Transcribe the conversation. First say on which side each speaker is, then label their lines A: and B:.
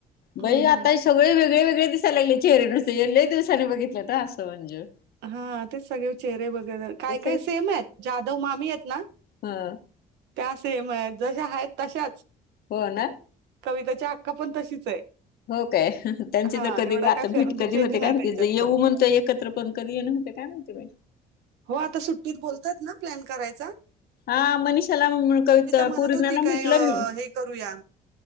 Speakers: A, on the left (about 65°); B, on the right (about 85°).
A: बाई
B: हं, हं.
A: आता हे सगळे वेगळे वेगळे दिस साय लागले चेहरे नुसते ये लय दिवसांनी बघितलं तर असं मंजू
B: हा तेच सगळे चेहरे वगैरे काय
A: ते
B: काय सेम आहेत. जाधव मामी आहेत ना?
A: हा.
B: त्या सेम आहेत, जशा आहेत तशाच.
A: होय ना.
B: कविताची आक्का पण तशीच आहे.
A: हो काय त्यांची
B: हा
A: तर कधी
B: एवढा
A: आता
B: काय फे-
A: भेट
B: म्हणजे
A: कधी
B: चेंज
A: होते
B: नाही
A: काय माहिती
B: त्यांच्यात
A: येऊ
B: पण
A: म्हण त्या एकत्र पण करीन होते काय माहिती बाई.
B: हो आत्ता सुट्टीत बोलतायत ना प्लॅन करायचा.
A: हा मनीषाला कविता
B: म्हणत
A: पूर्णाला
B: होती
A: म्हटलं
B: काय अं,
A: मी.
B: हे करूया